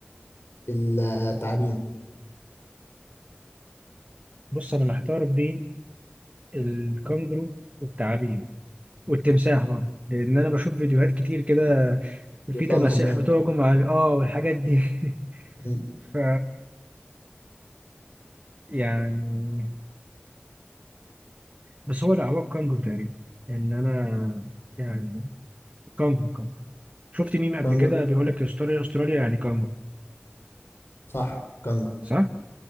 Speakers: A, on the left; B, on the right.
A: التعابين
B: بص أنا محتار بين الكنجرو والتعابين والتمساح برضه لأن أنا بشوف فيديوهات كتير كده في
A: بيطلع
B: تماسيح
A: من الحمام
B: بتهجم على آه والحاجات دي <laughs>
A: م،
B: ف يعني بس هو لا هو الكانجرو تقريبا ان انا يعني كانجرو كانجرو شفت ميم قبل
A: كانجرو
B: كده بيقول لك استراليا استراليا يعني كانجرو
A: صح كانجرو
B: صح؟